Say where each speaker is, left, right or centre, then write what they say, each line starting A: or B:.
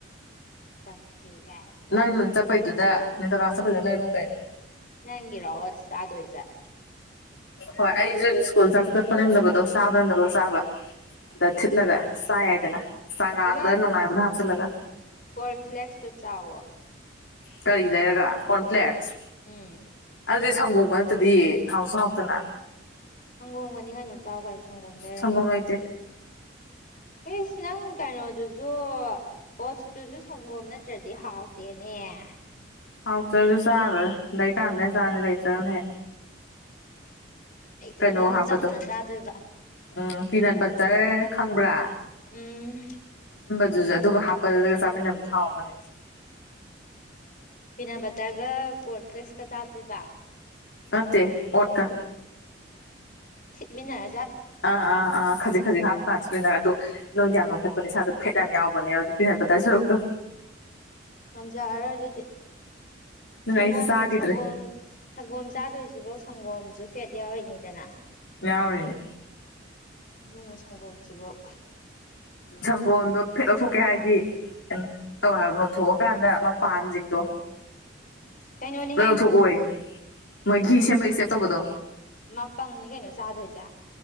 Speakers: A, on the left; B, on the left.
A: ꯇꯞꯀꯦꯒꯥꯏ
B: ꯅꯪꯅ ꯆꯠꯄꯩꯗꯨꯗ <inaudible> ꯆꯠꯄꯩꯗꯨꯗ ꯂꯩꯔꯣ ꯀꯩꯅꯣ
A: ꯅꯪꯤꯔꯣ ꯍꯠꯁ ꯁꯥꯗꯣꯣꯏꯇꯥꯔꯦ
B: ꯍꯣꯏ ꯑꯩꯁꯨ ꯁ꯭ꯀꯨꯜ ꯆꯥꯛ ꯆꯠꯄ ꯅꯗꯕꯗꯣ ꯆꯥꯕ ꯅꯪꯗꯕꯣ ꯆꯥꯕ ꯑꯗꯥ
A: ꯎꯝ
B: ꯊꯤꯠꯂꯒ ꯆꯥꯏꯥꯏꯗꯅ ꯆꯉꯥꯡꯗ
A: ꯑꯃ
B: ꯅꯨꯡꯉꯥꯏꯕꯅ ꯍꯥꯞꯆꯜꯂꯒ
A: ꯀꯣꯔꯟ ꯐ꯭ꯂꯦꯛꯁꯇꯣ ꯆꯥꯎꯋꯣ
B: ꯀꯔꯤ ꯂꯩꯔꯒ ꯀꯣꯔꯟꯐ꯭ꯂꯦꯛꯁ
A: ꯎꯝ
B: ꯑꯗꯨꯗꯤ ꯁꯪꯒꯣꯕ ꯅꯠꯇꯗꯤ ꯍꯥꯎꯁꯨ ꯍꯥꯎꯇꯅꯥ
A: ꯁꯪꯒꯣꯝꯒꯅꯤ ꯀꯩꯅꯣ ꯆꯥꯎ ꯀꯩꯅꯣ ꯁꯪꯒꯣꯝ ꯂꯩꯔꯒ
B: ꯁꯪꯒꯣꯝ ꯂꯩꯇꯦ
A: ꯑꯦ ꯁꯤ ꯅꯪ ꯀꯩꯅꯣꯗꯨꯁꯨ ꯄꯣꯠꯁꯇꯨꯁꯨ ꯁꯪꯒꯣꯝ ꯅꯠꯇ꯭ꯔꯗꯤ ꯍꯥꯎꯇꯦꯅꯦ ꯑꯦ
B: ꯍꯥꯎꯇ꯭ꯔꯁꯨ ꯆꯥꯔꯔꯣꯏ ꯂꯩꯀꯥꯟꯗꯅꯦ ꯆꯥꯅꯤ ꯂꯩꯇ꯭ꯔꯒꯅꯦ ꯍꯦꯛ
A: ꯂꯩꯇ꯭ꯔꯒꯅ
B: ꯀꯩꯅꯣ ꯍꯥꯞꯄꯗꯣ
A: ꯆꯝꯅ ꯆꯥꯗꯣꯏꯕ
B: ꯎꯝ ꯄꯤꯅꯠ ꯕꯠꯇꯔ ꯈꯪꯕ꯭ꯔꯥ
A: ꯎꯝ
B: ꯑꯗꯨꯁꯨ ꯑꯗꯨꯒ ꯍꯥꯞꯄꯜꯂꯒ ꯆꯥꯃꯤꯟꯅꯕꯁꯨ ꯍꯥꯎꯄꯅꯦ ꯑꯗꯨ
A: ꯄꯤꯅꯥ ꯕꯇꯔꯒ ꯀꯣꯔꯟꯐ꯭ꯂꯦꯛꯁꯀ ꯆꯥꯗ꯭ꯣꯏꯕ
B: ꯑꯠꯇꯦ ꯑꯣꯠꯀ
A: ꯃꯤꯅꯥ
B: ꯑꯥ ꯑꯥ ꯑꯥ ꯈꯖꯤꯛ ꯈꯖꯤꯛ ꯍꯥꯞꯀꯃꯤꯅ ꯑꯗꯣ ꯅꯣꯡ ꯌꯥꯝ ꯅꯣꯈꯠꯄꯅꯦ ꯏꯁꯥꯗꯣ ꯐꯦꯠ ꯌꯥꯝ ꯌꯥꯎꯕꯅꯦꯕ ꯑꯗꯨ ꯄꯤꯍꯟꯕ ꯇꯥꯏ ꯁꯔꯨꯛꯇꯣ
A: ꯎꯝ ꯁꯖꯔꯣꯏ ꯑꯗꯨꯗꯤ
B: ꯑꯗꯨꯅ
A: ꯁꯪꯒꯣꯝꯁꯨ
B: ꯑꯩꯁꯨ ꯆꯥꯈꯤꯗ꯭ꯔꯦ
A: ꯁꯪꯒꯣꯝ ꯁꯪꯒꯣꯝ ꯆꯥꯗꯣꯏꯁꯤꯕꯧ ꯁꯪꯒꯣꯝꯁꯨ ꯐꯦꯠ ꯌꯥꯎꯔꯤꯅꯤꯗꯅ
B: ꯌꯥꯎꯔꯤꯅꯦ
A: ꯑꯗꯨꯅꯥ ꯁꯪꯒꯣꯝꯁꯤꯕꯨꯥꯎ
B: ꯁꯪꯒꯣꯜꯗꯣ ꯐꯦꯠ ꯂꯧꯊꯣꯛꯀꯦ ꯍꯥꯏꯗꯤ ꯇꯧ ꯍꯥꯏꯕ ꯂꯣꯟꯊꯣꯛꯑꯀꯥꯟꯗ ꯃꯄꯥꯟꯁꯤꯡꯗꯣ
A: ꯀꯩꯅꯣꯅꯦꯍꯦ
B: ꯂꯧꯊꯣꯛꯑꯣ ꯃꯣꯏ ꯘꯤ ꯁꯦꯝꯃꯛꯏ ꯁꯦꯞ ꯇꯧꯕꯗꯣ
A: ꯃꯄꯪꯅꯤ ꯀꯩꯅꯣ ꯆꯥꯗꯣꯏꯁꯦ